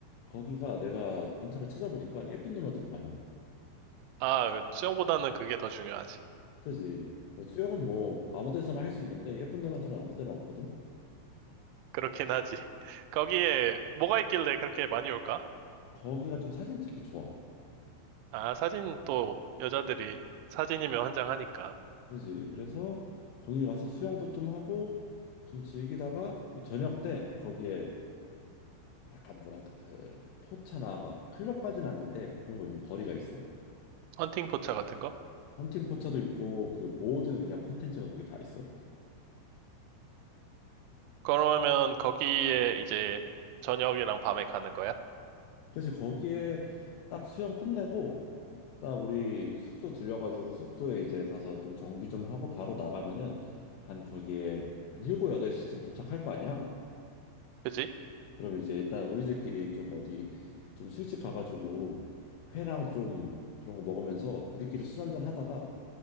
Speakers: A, on the left; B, on the right.
A: 거기가 내가 인터넷 찾아보니까 예쁜 누나들이 많이 와.
B: 아, 그 수영보다는 그게 더 중요하지.
A: 그지? 뭐 수영은 뭐 아무 데서나 할 수 있는데 예쁜 누나들은 아무 데나 없거든.
B: 그렇긴 하지. <laughs> 거기에 뭐가 있길래 그렇게 많이 올까?
A: 거기가 좀 사진 찍기 좋아.
B: 아, 사진 또 여자들이 사진이면 환장하니까.
A: 그지? 그래서 거기 가서 수영도 좀 하고 좀 즐기다가 이 저녁 때 거기에 약간 뭐랄까 그 포차나 막 클럽까지는 아닌데 그런 거 있는 거리가 있어.
B: 헌팅 포차 같은 거?
A: 헌팅 포차도 있고 그 모든 그냥 컨텐츠가 거기 다 있어.
B: 그러면 거기에 이제 저녁이랑 밤에 가는 거야?
A: 그래서 거기에 딱 수영 끝내고 딱 우리 숙소 들려가지고 숙소에 이제 가서 좀 정비 좀 하고 바로 나가면은 한 거기에 한 7, 8시쯤 도착할 거 아니야?
B: 그지?
A: 그럼 이제 일단 우리들끼리 좀 어디 좀 술집 가가지고 회랑 좀 그런 거 먹으면서 우리끼리 술 한잔 하다가